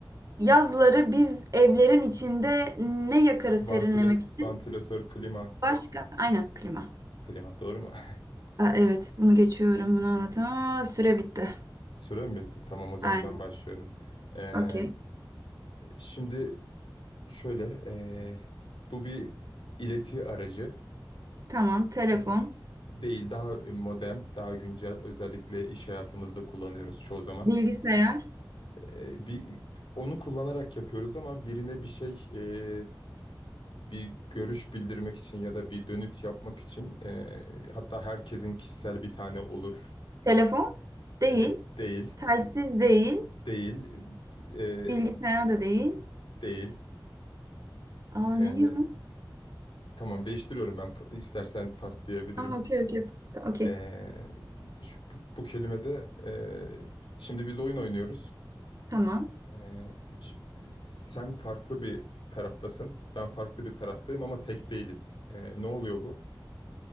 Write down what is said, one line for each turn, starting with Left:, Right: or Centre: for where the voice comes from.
Right: Yazları biz evlerin içinde ne yakarız
Left: Vantilat,
Right: serinlemek için?
Left: vantilatör, klima.
Right: Başka? Aynen klima.
Left: Klima doğru mu? <laughs>
Right: Aa, evet bunu geçiyorum bunu anlatamam. Aa, süre bitti.
Left: Süre mi bitti? Tamam o zaman
Right: Aynen.
Left: ben başlıyorum. Ee,
Right: Okey.
Left: şimdi şöyle. ee, bu bir ileti aracı.
Right: Tamam. Telefon.
Left: E, değil daha e, modern, daha güncel özellikle iş hayatımızda kullanıyoruz çoğu zaman.
Right: Bilgisayar.
Left: E, bir onu kullanarak yapıyoruz ama birine bir şey e, bir görüş bildirmek için ya da bir dönüt yapmak için e, hatta herkesin kişisel bir tane olur.
Right: Telefon değil.
Left: E, değil,
Right: Telsiz değil.
Left: değil, e,
Right: Bilgisayar da değil.
Left: değil.
Right: Aa
Left: Yani,
Right: ne ya?
Left: tamam değiştiriyorum ben Pa- istersen pas diyebilirim.
Right: Tamam okey okey. Okey.
Left: E, şu, bu, bu kelimede e, şimdi biz oyun oynuyoruz.
Right: Tamam.
Left: Ee, ş- sen farklı bir taraftasın. Ben farklı bir taraftayım ama tek değiliz. Ee, ne oluyor bu?